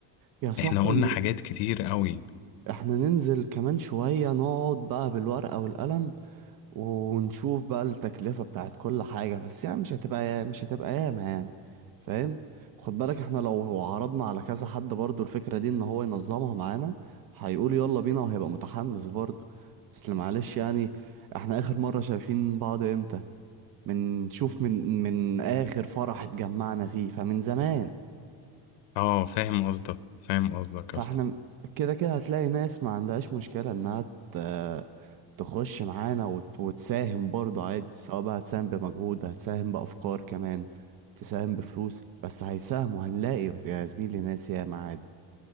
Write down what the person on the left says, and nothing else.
احنا قلنا حاجات كتير قوي
اه فاهم قصدك فاهم قصدك
يا اسطى